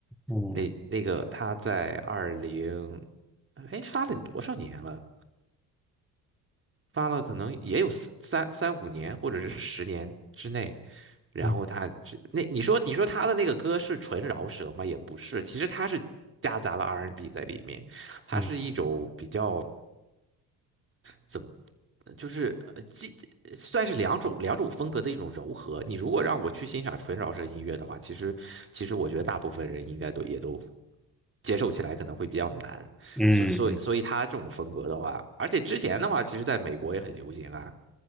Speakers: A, in the centre; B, on the right.
A: 嗯
B: 那那个他在二零哎发了多少年了？发了可能也有四三三五年或者是十年之内，然后他只那你说你说他的那个歌是纯饶舌吗？
A: 嗯
B: 也不是，其实他是夹杂了 R&B N 在里面，它是一种比较
A: 嗯
B: 怎么。呃就是呃，既呃算是两种两种风格的一种柔和。你如果让我去欣赏纯饶舌音乐的话，其实其实我觉得大部分人应该都也都接受起来可能会比较难。
A: 嗯，
B: 所所以所以他这种风格的话，
A: 嗯
B: 而且之前的话，其实在美国也很流行啊。